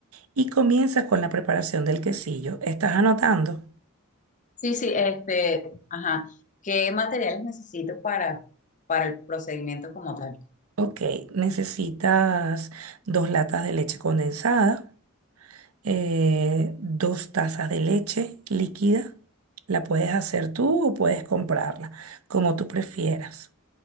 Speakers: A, on the right; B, on the left.
A: Y comienzas con la preparación del quesillo. ¿Estás anotando?
B: Sí, sí, este, ajá. ¿Qué materiales necesito para, para el procedimiento como tal?
A: Ok, necesitas dos latas de leche condensada, eh, dos tazas de leche líquida. La puedes hacer tú o puedes comprarla, como tú prefieras.